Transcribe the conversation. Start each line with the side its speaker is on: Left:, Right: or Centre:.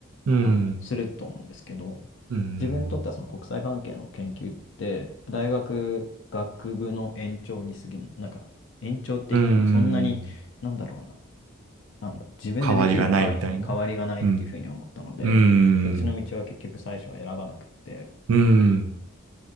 Right: うん。
Left: あの、すると思うんですけど、
Right: うん。
Left: 自分にとってはその国際関係の研究って、大学学部の延長に過ぎん、なんか延長って言ってもそんなに、
Right: うん。
Left: なんだろうな、あの、自分でできる範囲に変わりがないっていうふうに思ったので、
Right: 変わりがないみたいな。うん。うん。
Left: そっちの道は結局最初は選ばなくって、
Right: うん。